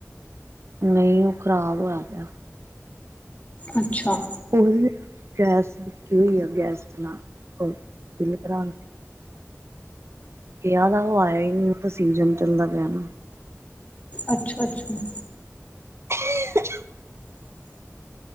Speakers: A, on the right; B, on the left.
A: ਨਹੀ ਉਹ ਖਰਾਬ ਹੋਇਆ ਪਿਆ
B: ਅਛਾ-
A: ਉਹ ਗੈਸ ਬੀ ਹੋਈ ਆ ਗੈਸ <unintelligible> ਚਲਾ ਫਿਲ ਕਰਾ ਕਿਹਾ ਦਾ ਉਹ ਆਇਆ ਹੀ ਨਹੀ ਉਹ ਤਾਂ ਸੀਜਨ ਚੱਲਦਾ ਪਿਆ ਨਾ
B: ਅਛਾ- ਅਛਾ-
A: ਹ <unintelligible>